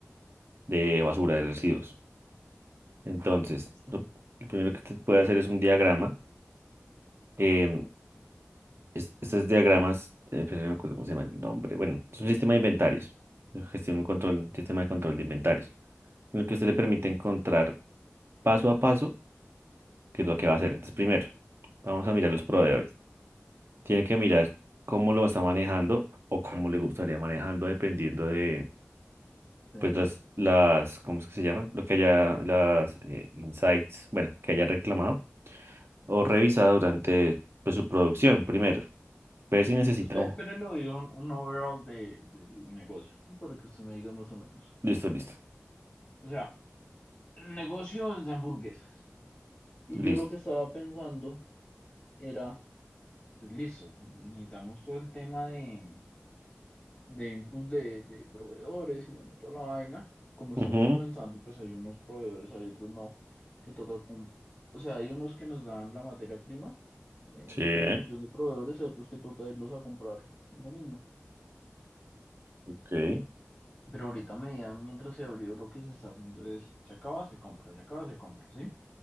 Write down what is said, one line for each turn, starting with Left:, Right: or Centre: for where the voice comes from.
Right: de basura, de residuos. Entonces,
Left: Sí,
Right: lo, lo primero que usted puede hacer es un diagrama. em, es- estos diagramas, eh, pero no me acuerdo cómo se llama el nombre. Bueno, es un sistema de inventarios, de gestión y control, un sistema de control de inventarios, en el que usted le permite encontrar paso a paso qué es lo que va a hacer. Entonces, primero, vamos a mirar los proveedores. Tiene que mirar cómo lo está manejando o cómo le gustaría manejando dependiendo de,
Left: sí.
Right: pues, las, las, ¿cómo es que se llama? Lo que haya, las eh, insights, bueno, que haya reclamado o revisado durante, pues, su producción primero. Ver si necesita
Left: Espe-
Right: un...
Left: Pero le doy un, un overall de, del negocio, ¿sí? para que usted me diga más o menos.
Right: Listo, listo,
Left: O sea, el negocio es de hamburguesas. Y
Right: listo.
Left: yo lo que estaba pensando era, pues listo, necesitamos todo el tema de, de inputs de, de proveedores y bueno, toda la vaina. Como estamos
Right: Ujú,
Left: comenzando, pues hay unos proveedores, hay otros no, que toca con... O sea, hay unos que nos dan la materia prima eh,
Right: Sí,
Left: en función de proveedores y otros que toca irlos a comprar uno mismo.
Right: ok.
Left: Pero ahorita me medida, mientras se abrió, lo que se está haciendo es, se acaba, se compra, se acaba, se compra, ¿sí?